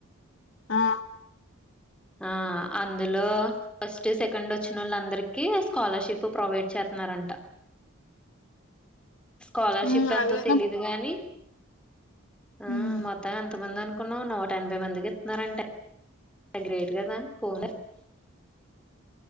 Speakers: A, on the left (about 60°); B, in the centre.
A: ఆ
B: ఆ అందులో ఫస్ట్, సె కెండ్ వచ్చిన వాళ్ళందరికి స్కాలర్షిప్ ప్రొవైడ్ చేస్తున్నారంట. స్కాలర్షిప్
A: ఉమ్
B: ఎంతో
A: అదేనా
B: తెలీదు గాని. ఆ
A: మ్మ్
B: మత్తం ఎంత మంది అను కున్నావ్. నూట ఎనభై మందికి ఇస్తున్నారంటే గ్రేట్ కదా పో. <unintelligible>